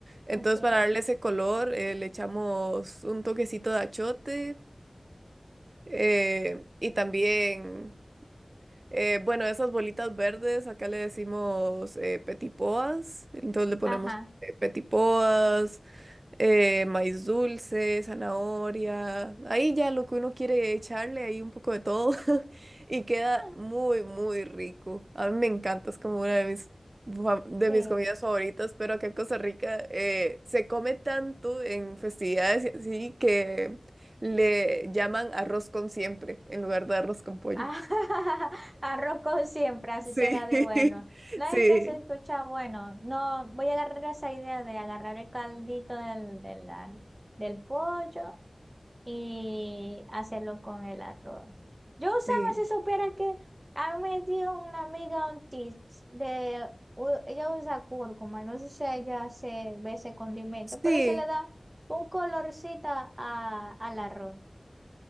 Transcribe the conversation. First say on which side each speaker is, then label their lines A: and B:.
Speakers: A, on the right; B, on the right.
A: Entonces
B: Okay.
A: para darle ese color eh, le echamos un toquecito de achote eh, y también, eh, bueno, esas bolitas verdes, acá le decimos eh, petipoas. Entonces le ponemos
B: Ajá,
A: eh, petipoas, eh, maíz dulce, zanahoria, ahí ya lo que uno quiere echarle, ahí un poco de todo <laughs> y queda
B: Ah,
A: muy, muy rico. A mí me encanta, es como una de mis, fa- de
B: sí.
A: mis comidas favoritas, pero acá en Costa Rica eh, se come tanto en festividades y así que le llaman arroz con siempre en lugar de arroz con pollo.
B: Ah, <laughs> arroz con siempre, así
A: Sí,
B: será de
A: <laughs>
B: bueno. No
A: sí,
B: es que se escucha bueno. No, voy a agarrar esa idea de agarrar el caldito del, del, ar- del pollo y hacerlo con el arroz. Yo usaba,
A: sí,
B: si supiera que a mí me dio una amiga un tips de, u- ella usa cúrcuma, no sé si ella se ve ese condimento,
A: sí.
B: pero se le da un colorcito a, al arroz.